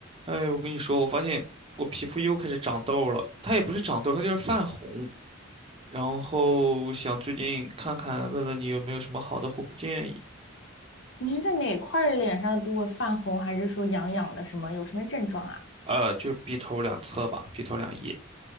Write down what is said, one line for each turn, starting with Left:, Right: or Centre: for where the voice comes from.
Right: 哎，我跟你说，我发现我皮肤又开始长痘了，它也不是长痘，它就是泛红。然后想最近看看，问问你有没有什么好的护肤建议？
Left: 你是在哪块儿的脸上的部位泛红，还是说痒痒的什么？有什么症状啊？
Right: 呃，就鼻头两侧吧，鼻头两翼